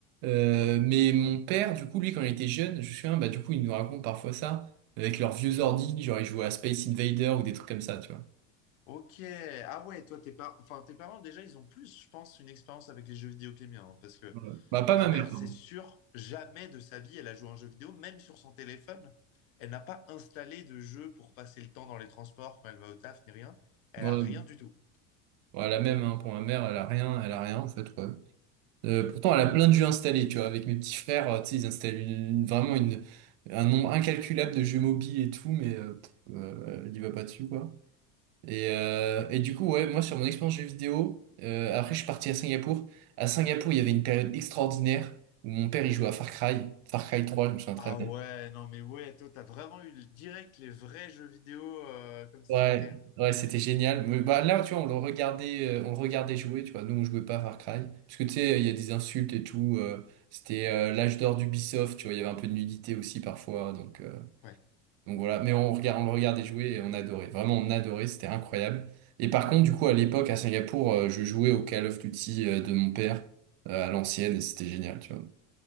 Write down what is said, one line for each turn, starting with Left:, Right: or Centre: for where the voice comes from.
Right: Euh, mais mon père, du coup, lui, quand il était jeune, je me souviens, bah, du coup, il nous raconte parfois ça, avec leurs vieux ordi, genre, ils jouaient à Space Invader ou des trucs comme ça, tu vois.
Left: Ok. Ah ouais, toi, tes par- enfin, tes parents, déjà, ils ont plus, je pense, une expérience avec les jeux vidéo que les miens. hein, parce que
Right: Ouais. Bah, pas
Left: Ma
Right: ma
Left: mère,
Right: mère, pardon.
Left: c'est sûr, jamais de sa vie, elle a joué à un jeu vidéo, même sur son téléphone. Elle n'a pas installé de jeu pour passer le temps dans les transports quand elle va au taf, ni rien. Elle
Right: Ouais,
Left: a rien du tout.
Right: ouais, la même, hein, pour ma mère, elle a rien, elle a rien, en fait, ouais. Euh, pourtant, elle a plein de jeux installés, tu vois. Avec mes petits frères, euh, tu sais, ils installent une- une- vraiment une, un nombre incalculable de jeux mobiles et tout, mais euh, pff, euh, elle y va pas dessus, quoi. Et, euh, et du coup, ouais, moi, sur mon expérience jeux vidéo, euh, après, je suis parti à Singapour. À Singapour, il y avait une période extraordinaire où mon père, il jouait à Far Cry, Far Cry 3, je me souviens très
Left: Ah
Right: bien.
Left: ouais, non mais ouais, toi, t'as vraiment eu le- direct les vrais jeux vidéo euh, comme ça,
Right: Ouais,
Left: ok.
Right: ouais, c'était génial. Mais bah là, tu vois, on le regardait, euh, on le regardait jouer, tu vois. Nous, on jouait pas à Far Cry. Parce que tu sais, il y a des insultes et tout. euh, c'était euh, l'âge d'or d'Ubisoft, tu vois. Il y avait un peu de nudité aussi parfois. Donc, euh,
Left: Ouais.
Right: donc voilà. Mais on regarde, on le regardait jouer et on adorait. Vraiment, on adorait. C'était incroyable. Et par contre, du coup, à l'époque, à Singapour, euh, je jouais au Call of Duty euh, de mon père euh, à l'ancienne et c'était génial, tu vois.